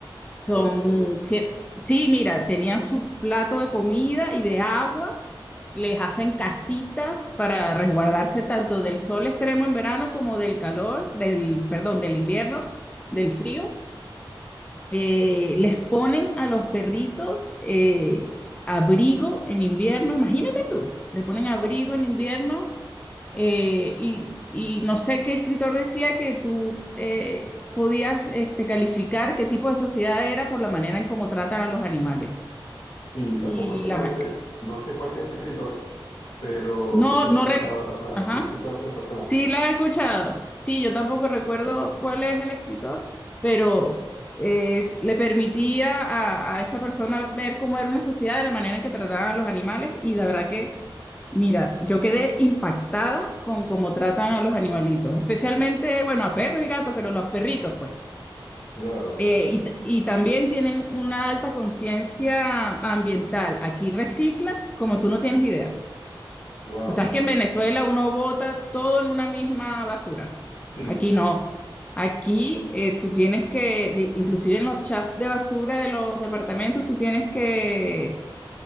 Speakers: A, on the left; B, on the left.
A: Son,
B: Oye, qué bueno.
A: sí, sí, mira, tenían su plato de comida y de agua, les hacen casitas para resguardarse tanto del sol extremo en verano como del calor, del, perdón, del invierno, del frío eh, les ponen a los perritos eh, abrigo en invierno, imagínate tú, le ponen abrigo
B: Ah,
A: en invierno eh, y, y no sé qué escritor decía que tú eh, podías este, calificar qué tipo de sociedad era por la manera en cómo tratan a los animales.
B: sí, tampoco
A: Y
B: sé
A: la...
B: cuál
A: ma-
B: es, no sé cuál es ese escritor, pero
A: No,
B: sí he
A: no...
B: escuchado
A: re-
B: el refrán,
A: Ajá.
B: sí he escuchado ese refrán.
A: Sí, las he escuchado. Sí, yo tampoco recuerdo cuál es el escritor, pero eh, le permitía a, a esa persona ver cómo era una sociedad de la manera en que trataban a los animales y la verdad que, mira, yo quedé impactada con cómo tratan a los animalitos, especialmente, bueno, a perros y gatos, pero los perritos, pues.
B: Claro,
A: Eh, y, t- y también tienen una alta conciencia ambiental. Aquí reciclan como tú no tienes idea.
B: wow,
A: Tú sabes que en Venezuela uno bota todo en una misma basura.
B: sí,
A: Aquí no. Aquí eh, tú tienes que, di- inclusive en los chafs de basura de los departamentos, tú tienes que,